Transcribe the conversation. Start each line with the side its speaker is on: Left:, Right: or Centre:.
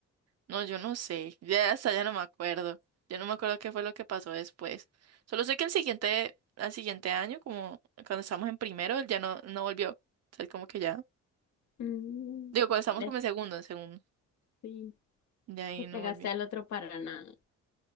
Right: No, yo no sé, ya hasta ya no me acuerdo. yo no me acuerdo qué fue lo que pasó después. Solo sé que el siguiente, al siguiente año, como cuando estábamos en primero, él ya no, no volvió. O sea, él como que ya.
Left: Mm,
Right: Digo, cuando estábamos
Left: la-
Right: como en segundo, en segundo.
Left: sí,
Right: De ahí
Left: que pegaste
Right: no volvió.
Left: al otro para nada.